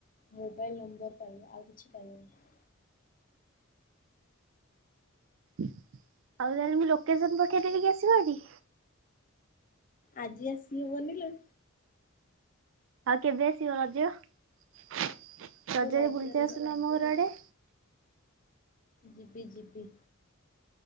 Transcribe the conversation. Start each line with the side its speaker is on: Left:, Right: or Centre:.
Left: ମୋବାଇଲ୍ ନମ୍ବର ପାଇବ ଆଉ କିଛି ପାଇବନି।
Right: ଆଉ ତାହେଲେ ମୁଁ ଲୋକେସନ ପଠେଇ ଦେବିକି ଆସିବ ଏଠି।
Left: ଆଜି ଆସି ହବନି ଲୋ
Right: ଆଉ କେବେ ଆସିବ ରଜ ରଜରେ
Left: ରଜରେ
Right: ବୁଲିତେ ଆସୁନ
Left: ରଜରେ
Right: ଆମ ଘର ଆଡେ।
Left: ଯିବି ଯିବି।